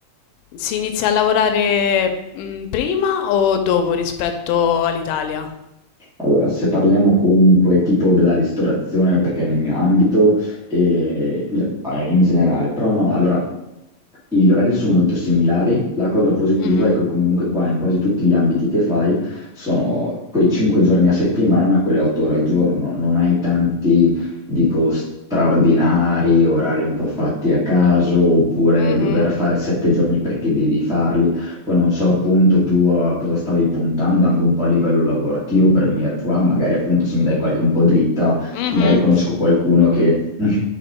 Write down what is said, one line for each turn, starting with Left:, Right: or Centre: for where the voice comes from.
Left: Si inizia a lavorare, mhmm, prima o dopo rispetto all'Italia?
Centre: Allora, se parliamo comunque tipo della ristorazione, perché è nel mio ambito, e eh, in generale, però no, allora gli orari sono molto similari. La cosa positiva
Left: Mh-mh.
Centre: è che comunque qua in quasi tutti gli ambiti che fai sono quei 5 giorni a settimana, quelle 8 ore al giorno, non hai tanti, dico, straordinari, orari un po' fatti a caso, oppure
Left: Mh-mh.
Centre: dover fare 7 giorni perché devi farli. Poi non so appunto tu a cosa stavi puntando anche un po' a livello lavorativo per venire qua, magari appunto se mi dai qualche un po' dritta,
Left: Mh-mh.
Centre: magari conosco qualcuno che <laughs>